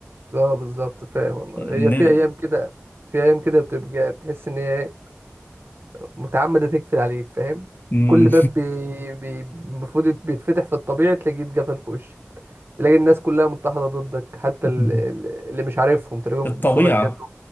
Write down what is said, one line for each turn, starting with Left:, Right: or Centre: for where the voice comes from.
Right: اه بالظبط فاهم والله
Left: الن-
Right: هي في ايام كده في ايام كده بتبقى تحس ان هي متعمدة تقفل عليك فاهم
Left: مم.
Right: كل باب بي- بي- المفروض يت- بيتفتح في الطبيعي تلاقيه اتقفل في وشك تلاقي الناس كلها متحدة ضدك حتى
Left: <laughs>
Right: ال- ال- اللي مش عارفهم تلاقيهم
Left: الطبيعة
Right: بيبصوا لك كأنهم